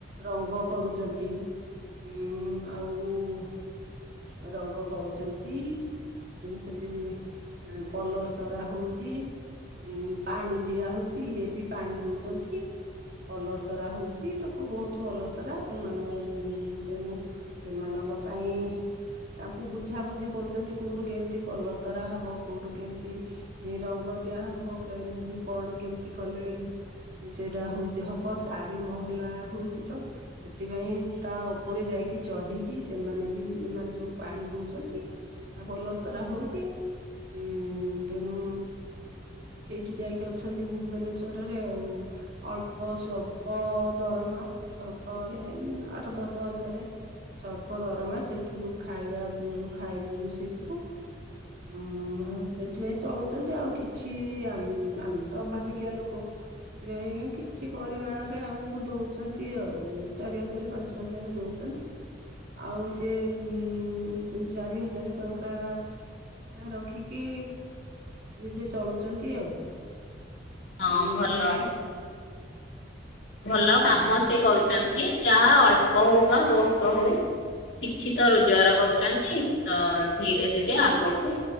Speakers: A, on the right; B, on the left.
A: ରଙ୍ଗ କରୁଛନ୍ତି। ଉଁ ଆଉ ରଙ୍ଗ କରୁଛନ୍ତି ସେଠି ଏଁ ପଲସ୍ତରା ହୋଉଚି। ଇଁ ପାଣି ଦିଆହୋଉଚି ଇଏ ବି ପାଣି ଦୋଉଚନ୍ତି। ପଲସ୍ତରା ହୋଉଚି ଲୋକ ବହୁତ ପଲସ୍ତରା ସେମାନେ ଏ ମ୍ ତେଣୁ ସେମାନଙ୍କ ପାଇଁ ତାଙ୍କୁ ବୁଝାବୁଝି କରୁଚନ୍ତି କୋଉଠୁ କେମିତି ପଲସ୍ତରା ହବ କୋଉଠୁ କେମିତି ଇ ରଙ୍ଗ ଦିଆ ହବ କେମ୍ କଣ କେମିତି କଲେ ସେଇଟା ହଉଚି ହବ ଚାରି ମହଲା ହଉଚି ତ ସେଥିପାଇଁ ତା ଉପରେ ଯାଇକି ଚଢିକି ସେମାନେ ବି ଏମାନେ ସବୁ ପାଣି ଦଉଚନ୍ତି। ଆଁ ପଲସ୍ତରା ହଉଚି ଉଁ ତେଣୁ ସେଇଠି ଯାଇକି ଅଛନ୍ତି ଭୁବନେଶ୍ଵରରେ ଆଉ। ଅଳ୍ପ ସ୍ଵଳ୍ପ ଦରମା ସ୍ଵଳ୍ପ ଏଁ ଆଠ, ଦଶ ଦଶ ହଜାରେ ସ୍ଵଳ୍ପ ଦରମା ସେଇଥିରୁ ଖାଇବା ଉମ୍ ଖାଇବ ବି ସେଇଥିରୁ। ଉଁମ୍ ହଁ ସେଥିପାଇଁ ଚଳୁଚନ୍ତି ଆଉ କିଛି ଆମ୍ ଆମେ ତ ଅଭାବିକିଆ ଲୋକ। ସେଥିପାଇଁ କିଛି ପରିମାଣରେ ଆମକୁ ଦଉଚନ୍ତି ଆଉ ଚାରି ହଜାର ପାଞ୍ଚ ହଜାରେ ଦଉଚନ୍ତି। ଆଉ ସେ ଉଁ ତିନି ଚାରି ହଜାରେ ଟଙ୍କା ରଖିକି ନିଜେ ଚଳୁଚନ୍ତି ଆଉ।
B: ହଁ
A: ଏମିତିରେ
B: ଭଲ। ଭଲ କାମ
A: ଅ
B: ସେ କରୁଚନ୍ତି ଯାହା ଅଳ୍ ବହୁ ବା ବହୁତ ହଉ କିଛି ତ ରୋଜଗାର କରୁଚନ୍ତି। ତ ଧୀରେ ଧୀରେ ଆଗକୁ